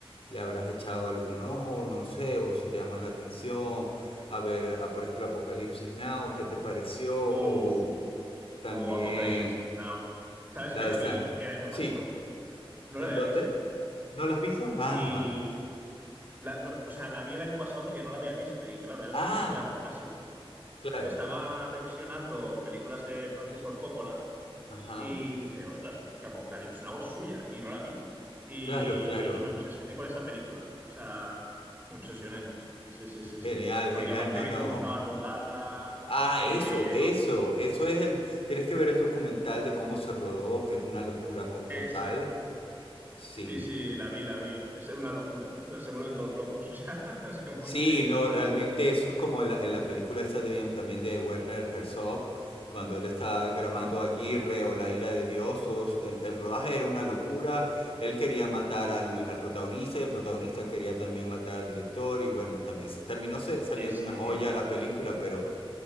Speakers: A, on the left (about 70°); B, on the right (about 20°).
A: le habrás echado algún ojo, no sé, o si te llama la atención, a ver, a, por ejemplo, Apocalipsis Now, ¿qué te pareció?
B: O,
A: O también
B: o Apocalipsis Now. ¿Sabes
A: la
B: que la
A: de Stan.
B: vi el año
A: Sí,
B: pasado? No
A: ¿en
B: la había
A: dónde?
B: visto.
A: ¿No la has visto? Ah,
B: Y,
A: vale.
B: la- no, o sea, la vi el año pasado porque no la había visto. Y claro, era
A: Ah,
B: como un clásico.
A: Claro.
B: Estaba revisionando películas de Francis Ford Coppola
A: ajá.
B: y dije, ostras, que Apocalypse Now es suya y no la vi. Y,
A: Claro, claro.
B: y me obsesioné con esa película. O sea, me obsesioné. Sí, sí, sí, sí.
A: Genial, genial.
B: Porque aparte
A: No,
B: vi
A: no.
B: cómo estaba rodada,
A: Ah,
B: que
A: eso, eso.
B: lo lo-
A: Eso es el... Tienes que ver el documental de cómo se rodó, que es una locura co-
B: es...
A: total. Sí.
B: Sí, sí, la vi, la vi. Es una locura. Se vuelven todos locos. <laughs> O sea, es como
A: Sí,
B: increíble.
A: no, realmente eso es como en la, en la película esta de- también de Werner Herzog, cuando él está grabando
B: Ajá.
A: Aguirre o La ira de Dios, todos- el, el rodaje era una locura, él quería matar al, al protagonista y el protagonista quería también matar al director y bueno, y también se- terminó se- saliendo
B: Sí, sí.
A: una joya la película, pero